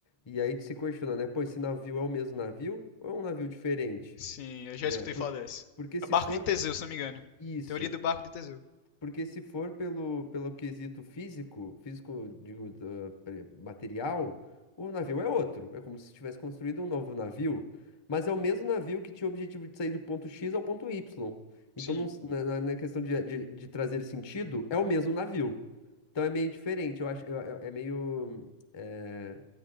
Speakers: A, on the left; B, on the left.
A: E aí tu se questiona, né? Pô, esse navio é o mesmo navio ou é um navio diferente,
B: Sim, eu já
A: né?
B: escutei
A: Por-
B: falar dessa.
A: porque se
B: É barco
A: for
B: de Teseu, se não me engano.
A: isso,
B: Teoria do barco de Teseu.
A: Porque se for pelo, pelo quesito físico, físico, digo, da- pre- material, o navio é outro. É como se tivesse construído um novo navio, mas é o mesmo navio que tinha o objetivo de sair do ponto X ao ponto Y. Então,
B: Sim,
A: não s- na, na- na questão de, de, de trazer sentido, é o mesmo navio. Então, é meio diferente. Eu acho, eu- eu- é meio, é,